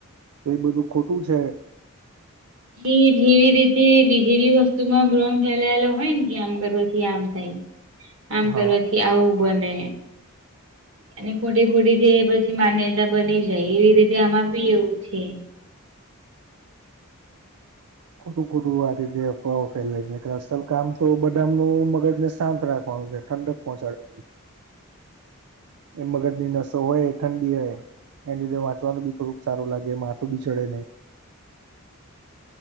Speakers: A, on the right (about 80°); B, on the right (about 60°).
A: તો એ બધું ખોટું છે.
B: એ જેવી રીતે બીજી બી વસ્તુ માં ભ્રમ ફેલાયેલો હોય ને કે આમ કરવાથી આમ થાય આમ
A: હા
B: કરવાથી આવું બને અને ખોટી ખોટી જે પછી માન્યતા બની જાય એવી રીતે આમાં બી એવું છે.
A: ખોટું ખોટું આ રીતે અફવાઓ ફેલાઈ છે અસલ કામ તો બદામ નું મગજને શાંત રાખવાનું છે. ઠંડક પહોંચાડે એ મગજ ની નસો હોય ઠંડી રહે એ લીધે વાંચવાનું બી થોડું સારું લાગે માથું બી ચડે નહીં.